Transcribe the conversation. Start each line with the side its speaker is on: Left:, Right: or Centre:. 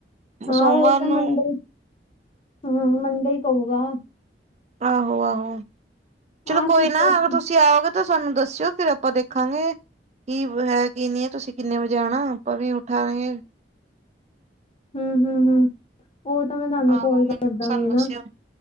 Left: ਹਾਂ
Right: ਸੋਮਵਾਰ
Left: ਉਹ ਤਾਂ
Right: ਨੂੰ
Left: ਮੰਡੇ, ਹੂੰ ਮੰਡੇ ਕਹੂਗਾ।
Right: ਆਹੋ-ਆਹੋ, ਚਲੋ
Left: ਆਹ
Right: ਕੋਈ
Left: ਕੀਤਾ
Right: ਨਾ
Left: ਸੀ
Right: ਅਗਰ ਤੁਸੀਂ ਆਓਗੇ ਤਾਂ ਸਾਨੂੰ ਦੱਸਿਓ, ਫਿਰ ਆਪਾਂ ਦੇਖਾਂਗੇ ਕੀ ਹੈ ਕੀ ਨਹੀਂ ਹੈ ਤੁਸੀਂ ਕਿੰਨੇ ਵਜੇ ਆਉਣਾ ਆਪਾਂ ਵੀ ਉਠਾਏ।
Left: ਹੂੰ-ਹੂੰ--ਹੂੰ ਉਹ ਤਾਂ ਮੈਂ ਤੁਹਾਨੂੰ
Right: ਆਹੋ
Left: ਕੋਲ
Right: ਮੈਨੂੰ
Left: ਕਰ ਦਾਂਗੀ
Right: ਸਾਨੂੰ ਦੱਸਿਓ
Left: ਨਾ,